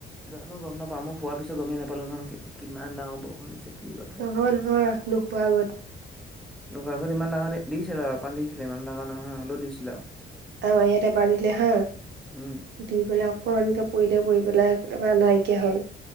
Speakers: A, in the centre; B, on the right.
A: জানো গম নাপাওঁ মই শুৱা পিছত গমেই নাপালো নহয় কেতি <unintelligible> কিমান ডাঙৰ বৰষুণ দিছে। কি কথা
B: নহয়-নহয় নোশুৱা আগত।
A: নোশুৱা আগত ইমান ডাঙৰ দিছিলে অকণমান দিছিলে ইমান ডাঙৰ নহয় হ'লেও দিছিলে আৰু
B: আমাৰ ইয়াতে বাঢ়িলে হা
A: উম
B: দি পেলাই অকমানকে পৰিলে পৰি পেলাই। এবাৰ নাইকিয়া হ'ল।